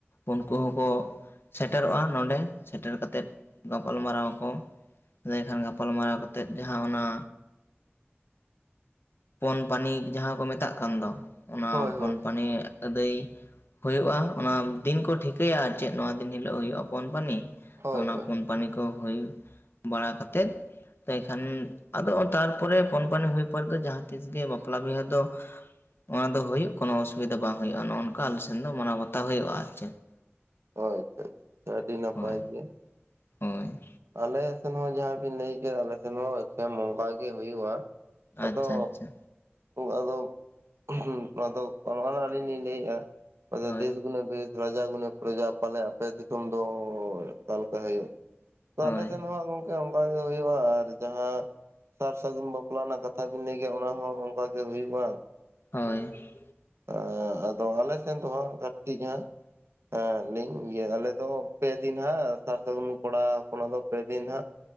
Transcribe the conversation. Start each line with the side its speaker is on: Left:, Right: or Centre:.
Left: ᱩᱱᱠᱩ ᱦᱚᱸᱠᱚ ᱥᱮᱴᱮᱨᱚᱜ-ᱟ ᱱᱚᱸᱰᱮ ᱥᱮᱴᱮᱨ ᱠᱟ ᱠᱟᱛᱮᱫ ᱜᱟᱯᱟᱞᱢᱟᱨᱟᱣ ᱟᱠᱚ᱾ ᱤᱱᱟᱹ ᱠᱷᱟᱱ ᱜᱟᱯᱟᱞᱢᱟᱨᱟᱣ ᱠᱟᱛᱮᱫ ᱡᱟᱦᱟᱸ ᱚᱱᱟ ᱯᱚᱱᱯᱟᱱᱤ ᱡᱟᱦᱟᱸ ᱠᱚ ᱢᱮᱛᱟᱜ ᱠᱟᱱ ᱫᱚ ᱚᱱᱟ
Right: ᱦᱳᱭ
Left: ᱯᱚᱱᱯᱟᱱᱤᱼᱼ
Right: ᱦᱳᱭ ᱦᱳᱭ
Left: ᱟᱹᱫᱟᱹᱭ ᱦᱩᱭᱩᱜ-ᱟ ᱾ ᱚᱱᱟ ᱫᱤᱱ ᱠᱚ ᱴᱷᱤᱠᱟᱹᱭᱟ ᱟᱨ ᱪᱮᱫ ᱱᱚᱣᱟ ᱫᱤᱱ ᱦᱤᱞᱳᱜ ᱦᱩᱭᱩᱜ-ᱟ ᱯᱚᱱᱯᱟᱱᱤ
Right: ᱦᱳᱭ
Left: ᱛᱚ ᱚᱱᱟ
Right: ᱦᱳᱭ
Left: ᱯᱩᱱᱯᱟᱱᱤ ᱠᱚ ᱦᱩᱭᱩᱜᱼᱼ ᱵᱟᱲᱟ ᱠᱟᱛᱮᱫ, ᱮᱱᱠᱷᱟᱱ ᱟᱫᱚ ᱛᱟᱨᱯᱚᱨᱮ ᱯᱩᱱᱯᱟᱱᱤ ᱦᱩᱭ ᱯᱚᱨᱮ ᱫᱚ ᱡᱟᱦᱟᱸᱼᱼ ᱛᱤᱥ ᱜᱮ ᱵᱟᱯᱞᱟ ᱵᱤᱦᱟᱹ ᱫᱚᱼᱼ ᱚᱱᱟ ᱫᱚ ᱦᱩᱭᱩᱜ ᱠᱳᱱᱳ ᱚᱥᱩᱵᱤᱫᱟ ᱵᱟᱝ ᱦᱩᱭᱩᱜ-ᱟ, ᱱᱚᱜ-ᱚ ᱱᱚᱝᱠᱟ ᱟᱞᱮᱥᱮᱱ ᱫᱚ ᱢᱟᱱᱟᱣ ᱵᱟᱛᱟᱣ ᱦᱩᱭᱩᱜ-ᱟ ᱟᱨ ᱪᱮᱫ ᱾
Right: ᱦᱳᱭ ᱟᱫᱚ ᱟᱹᱰᱤ ᱱᱟᱯᱟᱭ
Left: ᱦᱳᱭ
Right: ᱜᱮ᱾
Left: ᱦᱳᱭ
Right: ᱟᱞᱮ ᱥᱮᱱ ᱦᱚᱸ ᱡᱟᱦᱟᱸ ᱵᱮᱱ ᱞᱟᱹᱭ ᱠᱮᱜ-ᱟ ᱟᱞᱮ ᱥᱮᱱ ᱦᱚᱸ <unintelligible> ᱚᱝᱠᱟ ᱜᱮ ᱦᱩᱭᱩᱜ-ᱟ᱾
Left: ᱟᱪᱪᱷᱟ
Right: ᱟᱫᱚ
Left: ᱟᱪᱪᱷᱟ
Right: ᱟᱫᱚ <unintelligible> ᱫᱚ ᱟᱹᱞᱤᱧ ᱞᱤᱧ ᱞᱟᱹᱭᱮᱜ-ᱟ, ᱟᱫᱚ
Left: ᱦᱳᱭ
Right: ᱫᱮᱥ ᱜᱩᱱᱟᱹ ᱵᱮᱥ ᱨᱟᱡᱟ ᱜᱩᱱᱟᱹ ᱯᱨᱚᱡᱟ ᱯᱟᱞᱮ ᱟᱯᱮ ᱫᱤᱥᱚᱢ ᱫᱚ ᱚᱠᱟ ᱞᱮᱠᱟ ᱦᱩᱭᱩᱜ?
Left: ᱦᱳᱭ
Right: ᱟᱞᱮ ᱥᱮᱱ ᱦᱚᱸ ᱜᱚᱝᱠᱮ ᱚᱝᱠᱟ ᱜᱮ ᱦᱩᱭᱩᱜᱼᱟ ᱟᱨ ᱡᱟᱦᱟᱸ ᱥᱟᱨ ᱥᱟᱹᱜᱩᱱ ᱵᱟᱯᱞᱟ ᱨᱮᱱᱟᱜ ᱠᱟᱛᱷᱟ ᱵᱤᱱ ᱞᱟᱹᱭ ᱠᱮᱜ-ᱟ ᱚᱱᱟ ᱦᱚᱸ ᱚᱝᱠᱟᱜ ᱜᱮ ᱦᱩᱭᱩᱜᱼᱟ ᱾
Left: ᱦᱳᱭ᱾
Right: ᱟᱹ ᱟᱫᱚ ᱟᱞᱮ ᱥᱮᱱ ᱫᱚ ᱦᱟᱸᱜ ᱠᱷᱟᱹᱴᱤ ᱦᱟᱸᱜ ᱮᱸ ᱞᱟᱹᱭᱤᱧ ᱤᱭᱟᱹ ᱟᱞᱮ ᱫᱚ ᱯᱮᱫᱤᱱ ᱦᱟᱸᱜ ᱥᱟᱨ ᱥᱟᱹᱜᱩᱱ ᱠᱚᱲᱟ ᱦᱚᱯᱚᱱᱟᱜ ᱫᱚ ᱯᱮ ᱫᱤᱱ ᱦᱟᱸᱜ